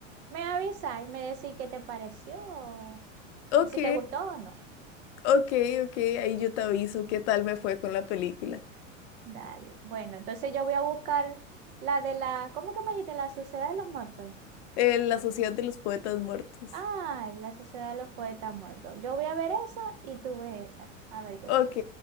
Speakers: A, on the right; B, on the left.
A: me avisa y me decís qué te pareció o
B: Ok,
A: si te gustó o no.
B: ok, ok, ahí yo te aviso qué tal me fue con la película.
A: Dale. Bueno, entonces yo voy a buscar la de la, ¿cómo que me dijiste? La Sociedad de los Muertos.
B: Eh, la Sociedad de los Poetas Muertos.
A: Ay, la Sociedad de los Poetas Muertos. Yo voy a ver esa y tú ves esa. A ver qué
B: Ok,
A: tal.